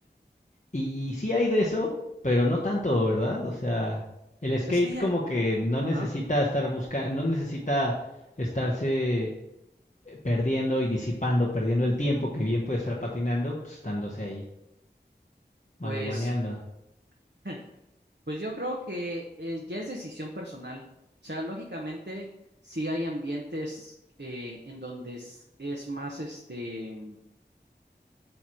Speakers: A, on the left; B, on the right.
A: Y sí hay de eso, pero no tanto, ¿verdad? O sea, el skate
B: Es que ya,
A: como que no
B: ajá,
A: necesita estar buscando, no necesita estarse eh, perdiendo y disipando, perdiendo el tiempo que bien puede estar patinando, pues estándose ahí marihuaneando.
B: pues, <laughs> pues yo creo que eh, ya es decisión personal. O sea, lógicamente, sí hay ambientes eh, en donde es, es más este